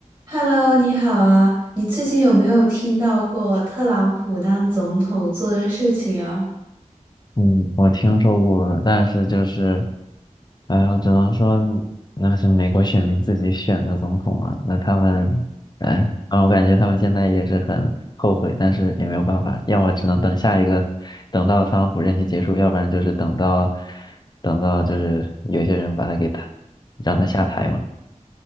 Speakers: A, on the right; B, on the left.
A: Hello，你好啊！你最近有没有听到过特朗普当总统做的事情啊？
B: 嗯，我听说过，但是就是，哎呀，我只能说那是美国选民自己选的总统啊，那他们，哎，啊，我感觉他们现在也是很后悔，但是也没有办法，要么只能等下一个，等到特朗普任期结束，要不然就是等到，等到就是有些人把他给他，让他下台嘛。